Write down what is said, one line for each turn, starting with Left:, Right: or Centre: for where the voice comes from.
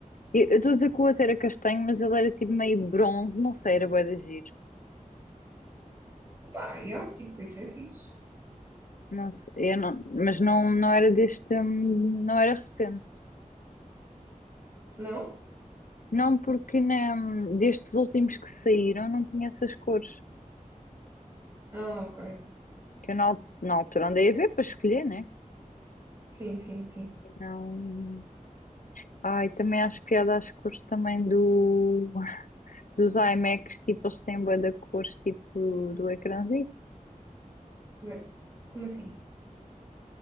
Left: Eu eu estou a dizer que o outro era castanho, mas ele era tipo meio bronze, não sei, era bué de giro.
Right: Opa, yeah, tipo, isso é fixe.
Left: Não sei, eu não, mas não, não era deste, hum, não era recente.
Right: Não?
Left: Não, porque né, destes últimos que saíram não tinha essas cores.
Right: Ah, ok.
Left: Que eu na, al- na altura andei a ver para escolher, né?
Right: Sim, sim, sim.
Left: Não. Ai, também acho piada às cores também do, dos iMacs, tipo, eles têm bué da cores, tipo, do ecrãzinho.
Right: Ué, Como assim?